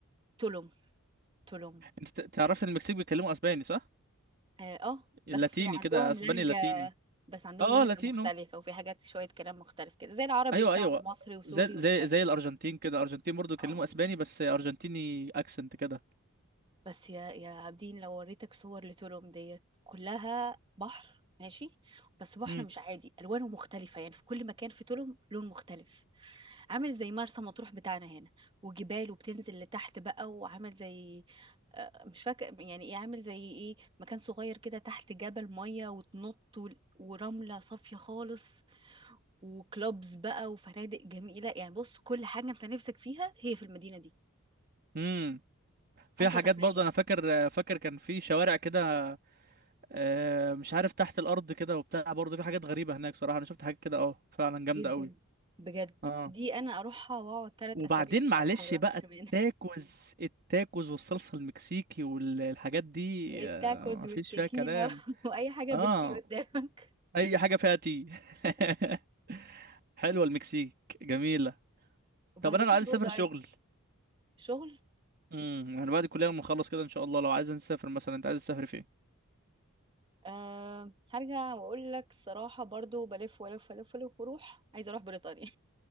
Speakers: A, on the right; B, on the right.
A: تولوم تولوم
B: انت ت- تعرف إن المكسيك بيتكلموا اسباني صح
A: اه آه، بس
B: اللاتيني
A: عندهم
B: كده اسباني
A: لهجة
B: لاتيني
A: بس عندهم
B: اه
A: لهجة
B: آه، لاتينو
A: مختلفة وفي حاجات شوية كلام مختلف كده زي العربي
B: ايوه
A: بتاعنا
B: ايوه
A: مصري وسوري
B: زي زي
A: ومش عارفة
B: زي الارجنتين
A: ايه
B: كده الارجنتين برضو بيتكلموا
A: اه
B: اسباني بس ارجنتيني اكسنت كده
A: بس يا يا عابدين لو وريتك صور لتولوم ديت كلها بحر ماشي بس بحر
B: امم
A: مش عادي الوانه مختلفه يعني في كل مكان في تولوم لون مختلف عامل زي مرسى مطروح بتاعنا هنا وجبال وبتنزل لتحت بقى وعامل زي آه، مش فاكر يعني ايه عامل زي ايه مكان صغير كده تحت جبل ميه وتنط وال- ورمله صافيه خالص وكلوبز بقى وفنادق جميله يعني بص كل حاجه انت نفسك فيها هي في المدينه دي
B: امم في
A: انت
B: حاجات
A: تخيل
B: برضو انا فاكر فاكر كان في شوارع كده آه، مش عارف تحت الارض كده وبتاع برضو في حاجات غريبة هناك صراحة انا شفت حاجات كده اه فعلا جامدة
A: جدا
B: قوي
A: بجد
B: اه
A: دي انا اروحها واقعد ثلاث
B: وبعدين
A: اسابيع وما
B: معلش
A: اتحركش
B: بقى التاكوز
A: منها
B: التاكوز والصلصة المكسيكي والحاجات دي
A: <laughs> التاكوز
B: آه، مفيش
A: والتيكيلا
B: فيها كلام
A: <laughs> واي حاجه
B: اه
A: بنتي قدامك
B: اي حاجة فيها تي
A: <laughs>
B: <laughs> حلوة المكسيك جميلة
A: وبعد
B: طب انا
A: كده
B: لو عايز
A: برضو
B: اسافر
A: عايز
B: شغل
A: شغل
B: امم يعني بعد الكلية لما اخلص كده ان شاء الله لو عايز نسافر مثلا انت عايز تسافر فين
A: أه هرجع واقول لك الصراحه برضو بلف ولف ولف ولف واروح عايزه اروح بريطانيا